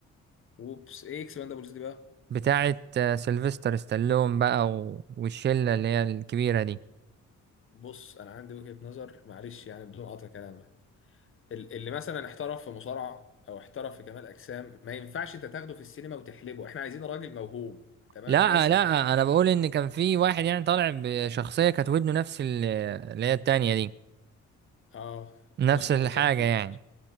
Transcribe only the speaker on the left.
وبس ايه اكسباندابلز دي بقى
بص انا عندي وجهه نظر معلش يعني بدون قطع كلامك ال- اللي مثلا احترف في مصارعه او احترف في كمال اجسام ما ينفعش انت تاخده في السينما وتحلبه احنا عايزين راجل موهوب تمام
يمثل
في السينما
اه
اذن
القرنبيط